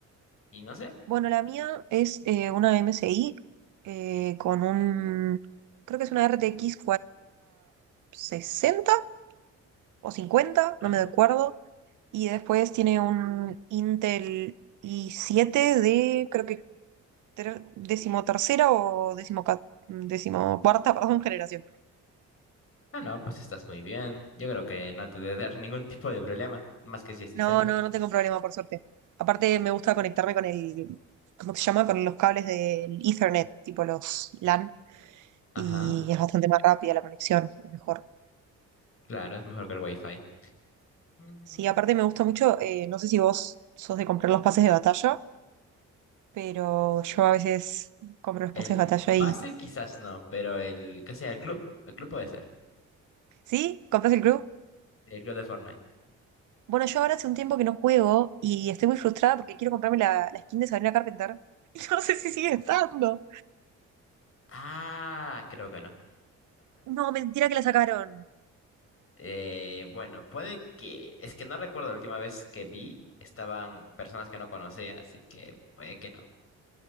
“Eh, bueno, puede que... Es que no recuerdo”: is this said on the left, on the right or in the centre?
Left